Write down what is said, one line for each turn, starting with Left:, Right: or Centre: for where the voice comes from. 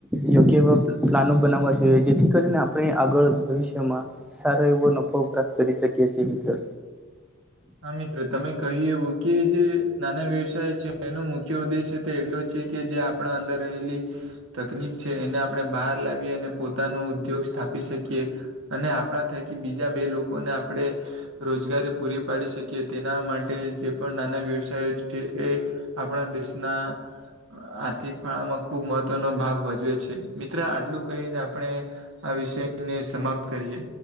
Centre: યોગ્ય એવા પ્લાનો બનાવવા જોઈએ જેથી કરીને આપણે આગળ ભવિષ્યમાં સારો એવો નફો પ્રાપ્ત કરી શકેએ છીએ મિત્ર
Right: હા મિત્રો તમે કહી એવું કે જે નાના વ્યવસાય છે એનો મુખ્ય ઉદ્દેશ્ય તો એટલો છે કે જે આપણા અંદર રહેલી તકનીક છે એને આપણે બહાર લાવીએ અને પોતાનો ઉદ્યોગ સ્થાપી શકીએ અને આપણા થકી બીજા બે લોકોને આપે રોજગારી પૂરી પાડી શકીએ તેના માટે જે પણ નાના વ્યવસાય છે એ આપણા દેશના આર્થિક ફાળામાં ખુબ મહત્વનો ભાગ ભજવે છે મિત્ર આટલું કહીને આપણે આ વિષયને સમાપ્ત કરીએ.